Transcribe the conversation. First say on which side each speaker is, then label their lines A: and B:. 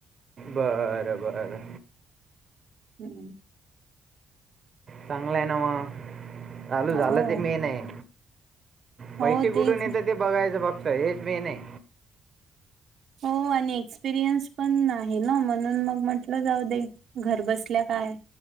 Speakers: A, on the right; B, on the right.
A: बरं बर.
B: हम्म
A: चांगलाय ना मग चालू
B: हो
A: झालं ते मेन आहे. पैसे
B: हो
A: कुठून
B: तेच
A: येत ते बघायचं फक्त हेच मी नाही.
B: हो आणि एक्सपिरियन्स पण आहे ना म्हणून मग म्हटलं जाऊ दे. घर बसल्या काय.